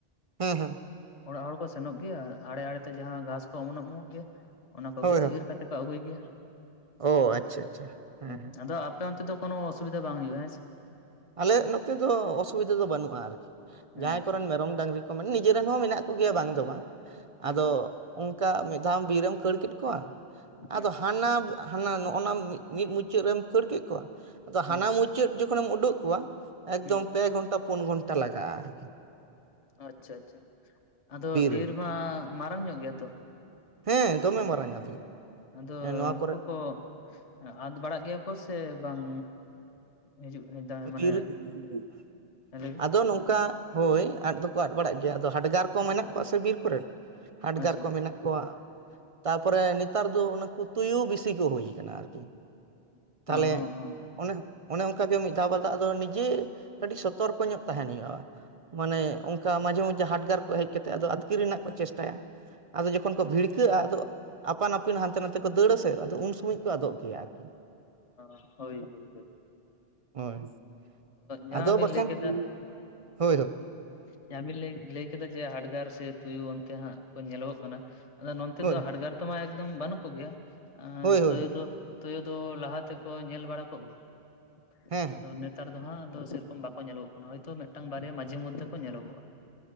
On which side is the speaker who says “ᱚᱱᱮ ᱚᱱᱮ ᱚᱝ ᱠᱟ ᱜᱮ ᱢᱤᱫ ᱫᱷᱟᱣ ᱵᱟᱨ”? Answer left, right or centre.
Right